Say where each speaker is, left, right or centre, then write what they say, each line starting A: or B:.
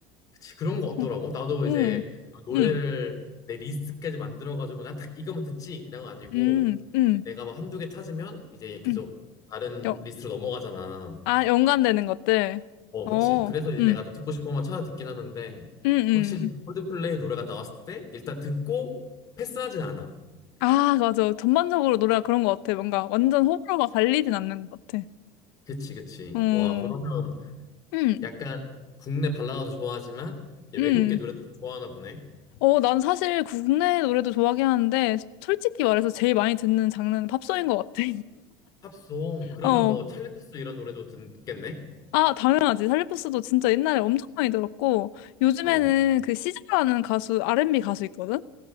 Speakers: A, on the left; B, on the left.
A: 그치, 그런 거 없더라고.
B: 응,
A: 나도
B: 응,
A: 이제 노래를
B: 응,
A: 내 리스트까지 만들어가지고 나 딱 이거만 듣지? 이런 거 아니고
B: 응, 응.
A: 내가 막 한두 개 찾으면 이제 계속
B: 응.
A: 다른
B: 연,
A: 리스트로 넘어가잖아.
B: 아, 연관되는 것들.
A: 어,
B: 어,
A: 그치. 그래서 이제
B: 응,
A: 내가 또 듣고 싶은 것만 찾아 듣긴 하는데
B: 응,
A: 확실히
B: 응.
A: 콜드플레이 노래가 나왔을 때 일단 듣고 패스하진 않아.
B: 아, 맞아. 전반적으로 노래가 그런 것 같아. 뭔가 완전 호불호가 갈리진 않는 것 같아.
A: 그치, 그치.
B: 음,
A: 와, 그러면
B: 음,
A: 약간 국내 발라드도 좋아하지만 이제
B: 음.
A: 외국계 노래도 좀 좋아하나 보네.
B: 어, 난 사실 국내 노래도 좋아하긴 하는데, 솔직히 말해서 제일 많이 듣는 장르는 팝송인 것 같아.
A: 팝송. 그러면
B: <laughs> 어,
A: 뭐 찰리 푸스 이런 노래도 듣겠네?
B: 아, 당연하지. 살리포스도 진짜 옛날에 엄청 많이 들었고, 요즘에는
A: 어,
B: 그 시저라는 가수, R&B 가수 있거든?